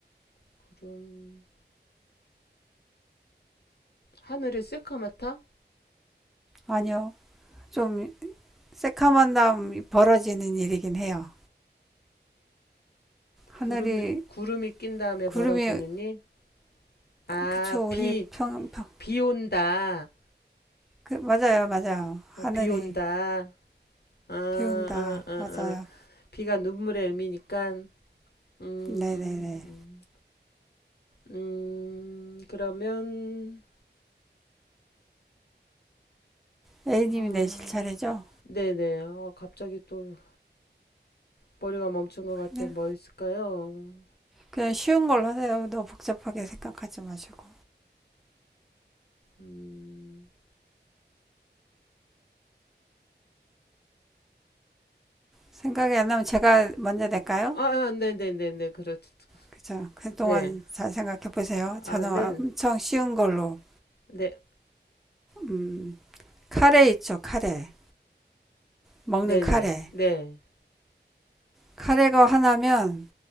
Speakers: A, on the left (about 60°); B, in the centre.
A: 구름 하늘이 새카맣다?
B: 아니요, 좀 새카만담 벌어지는 일이긴 해요.
A: 구름이
B: 하늘이
A: 구름이 낀 다음에
B: 구름이
A: 벌어지느니 아,
B: 그쵸
A: 비.
B: 우리 평, 평
A: 비 온다.
B: 그, 맞아요 맞아요 하늘이
A: 어, 비 온다. 아, 아,
B: 비운다
A: 아, 아.
B: 맞아요
A: 비가 눈물의 의미니까, 음, 음,
B: 네네네
A: 음. 음, 그러면,
B: A님이
A: 아,
B: 내실 차례죠
A: 네네. 어, 갑자기 또 머리가 멈춘 것 같아.
B: 그냥
A: 뭐 있을까요?
B: 그냥 쉬운 걸로 하세요 너무 복잡하게 생각하지 마시고
A: 음,
B: 생각이 안 나면 제가 먼저 낼까요?
A: 아, 아, 네네네네. 그렇죠.
B: 그죠 그동안
A: 네.
B: 잘 생각해 보세요
A: 아,
B: 저는
A: 네.
B: 엄청 쉬운 걸로
A: 네.
B: 음 카레 있죠 카레 먹는
A: 네네.
B: 카레
A: 네.
B: 카레가 하나면